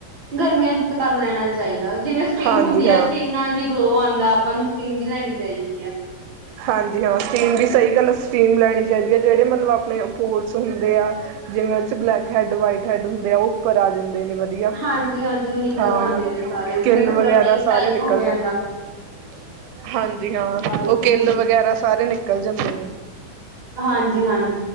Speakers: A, on the right (about 40°); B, on the right (about 85°).
A: ਗਰਮੀਆਂ ਚ ਤਾਂ ਕਰ ਲੈਣਾ ਚਾਈਦਾ, ਜਿਵੇਂ ਸਟੀਮ
B: ਹਾਂਜੀ
A: ਹੁੰਦੀ
B: ਹਾਂ
A: ਐ, ਸਟੀਮ ਨਾਲ ਵੀ ਗਲੋ ਆਂਦਾ। ਆਪਾਂ ਨੂੰ ਸਟੀਮ ਵੀ ਲੈਣੀ ਚਾਈਦੀ ਆ।
B: ਹਾਂਜੀ ਹਾਂ, ਸਟੀਮ ਵੀ ਸਹੀ ਗੱਲ ਸਟੀਮ ਲੈਣੀ ਚਾਈਦੀ ਐ ਜੇਹੜੇ ਮਤਲਬ ਆਪਣੇ ਪੋਰਸ ਹੁੰਦੇ ਆ ਜਿਵੇਂ ਓ ਚ ਬਲੈਕ ਹੈੱਡ, ਵਾਈਟ ਹੈਡ ਹੁੰਦੇ ਆ, ਓ ਉੱਪਰ ਆ ਜਾਂਦੇ ਨੇ। ਵਧੀਆ,
A: ਹਾਂਜੀ-ਹਾਂਜੀ, ਉਹ ਨਿਕਲ
B: ਹਾਂ
A: ਜਾਂਦੇ ਨੇ ਸਾਰੇ ਜਿਵੇਂ
B: ਕਿਲ
A: ਸਕ੍ਰਬਿੰਗ
B: ਵਗੈਰਾ ਸਾਰੇ
A: ਟਾਈਪ
B: ਨਿਕਲ
A: ਹੋ ਜਾਂਦਾ।
B: ਜਾਂਦੇ। ਹਾਂਜੀ ਹਾਂ,
A: ਬਾਲ
B: ਓ
A: ਚੋਂ
B: ਕਿੱਲ
A: ਹਾਂਜੀ।
B: ਵਗੈਰਾ, ਸਾਰੇ ਨਿਕਲ ਜਾਂਦੇ ਨੇ।
A: ਹਾਂਜੀ -ਹਾਂਜੀ।